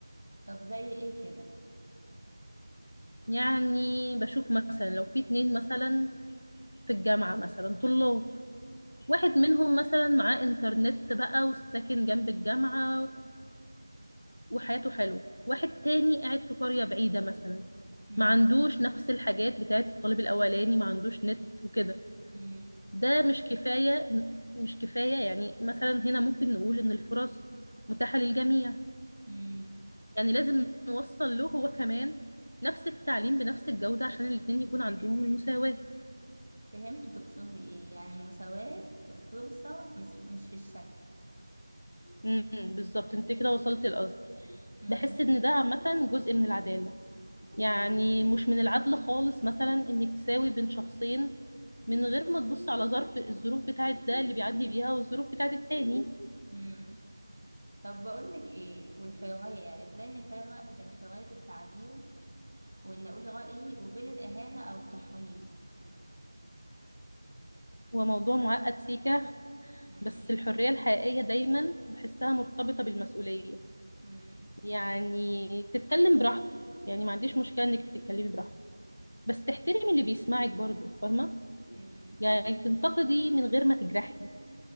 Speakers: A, on the right; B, on the left.
A: طب زي ايه كده
B: يعني بشوف مثلا لو في اتنين مثلا في الجامعة مثلا طلاب واحد منهم مثلا معاه إنترنت بقى وساكن جنب الجامعة وحياته حلوة واحد تاني قاعد في قرية بعيدة مثلا
A: مم.
B: ما عندوش نفس الحاجات بتاعت الطالب الأولاني ما عندوش نت وكده
A: مم.
B: ده مش كفاية مش كفاية يعني مثلا هنا ممكن نقول إن الفرص متاحة للجميع
A: مم.
B: يعني لازم نوصل له هو كمان نفس التعليم بنفس الجودة عشان الاتنين يكون عندهم المساواة
A: فهمت تقصدي ايه يعني المساواة في الفرصة مش مش في الشكل
B: امم بالظبط انت كده وصلت لقصدي
A: مم.
B: بحس ان ده عامة جزء من العدالة يعني مش من العدل خالص مثلا انك تساوي بين شخصين من غير ما تبص على ظرف الظروف بتاعت ده اللي بيعدي بيها والظروف بتاعت التاني
A: مم. طب بقولك ايه والحرية ازاي نفرق بين حرية التعبير وان اقول رأيي وبين الاهانة او التحريض
B: هو موضوع معقد سيكا
A: مم.
B: بس الحرية الحقيقية دايما بحسها مرتبطة بالمسؤولية
A: مم.
B: يعني تتكلم براحتك يعني ما عنديش مشكلة انك تتكلمي براحتك بس تحترمي اللي بيسمعك برضو فاهمة
A: مم.
B: يعني تنتقدي من غير ما تجرحي